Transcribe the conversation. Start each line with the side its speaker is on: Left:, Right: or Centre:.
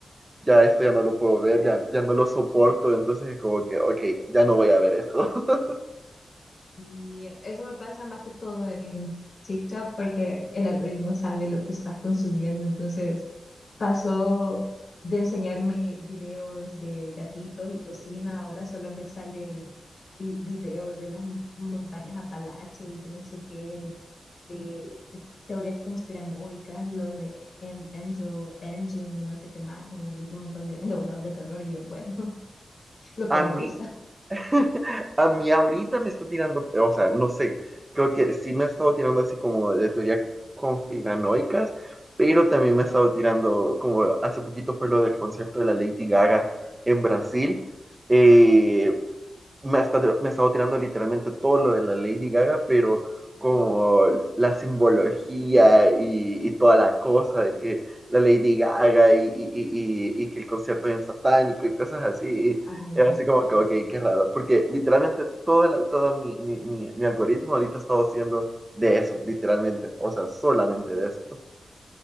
Right: ya esto ya no lo puedo ver, ya, ya no lo soporto, entonces es como que, ok, ya no voy a ver esto. <laughs>
Left: Y eso me pasa más que todo en TikTok porque el algoritmo sabe lo que estás consumiendo. Entonces pasó de enseñarme videos de gatitos y cocina, ahora solo me salen vi- videos de las mon- montañas Apalache y que no sé qué, de, de teorías conspiranoicas, lo de An- Angel Engine y no sé qué más, y un montón de, <laughs> de volados de terror. Y yo, bueno, <laughs> lo
Right: A
Left: que me
Right: mí,
Left: gusta.
Right: <laughs> A mí ahorita me está tirando, o sea, no sé, creo que sí me ha estado tirando así como de teorías conspiranoicas, pero también me ha estado tirando, como hace poquito fue lo del concierto de la Lady Gaga en Brasil, eh, me ha, estado, me ha estado tirando literalmente todo lo de la Lady Gaga, pero como la simbología y, y toda la cosa de que la Lady Gaga y, y- y- y y que el concierto es bien satánico y cosas así. y
Left: Ay,
Right: es así como que, ok, qué raro, porque literalmente todo, el- todo mi, mi- mi- mi algoritmo ahorita ha estado siendo de eso, literalmente, o sea, solamente de eso.